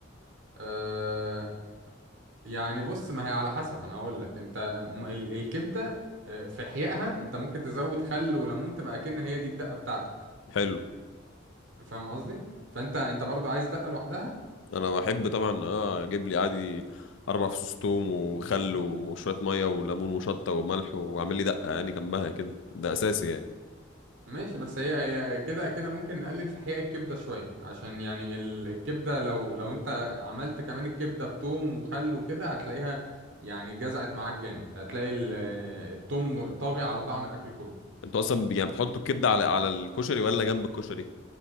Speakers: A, on the right; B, on the left.
A: آه، يعني بص ما هي على حسب انا هقول لك انت م- ال- الكبده آه، في احيائها انت ممكن تزود خل وليمون تبقى كأن هي دي الدقه بتاعتك
B: حلو
A: فاهم قصدي فانت انت برضو عايز دقه لوحدها
B: انا بحب طبعا اه اجيب لي عادي اربع فصوص توم وخل وشوية مية وليمون وشطة وملح واعمل لي دقة يعني جنبها كده ده اساسي يعني
A: ماشي بس هي هي كده كده ممكن نقلل في احياء الكبده شويه عشان يعني ال- الكبده لو لو انت عملت كمان الكبده بتوم وخل وكده هتلاقيها يعني جزعت معاك جامد هتلاقي ال- آه، التوم طاغي على طعم الاكل كله
B: انتوا اصلا ب- يعني بتحطوا الكبدة على على الكشري ولا جنب الكشري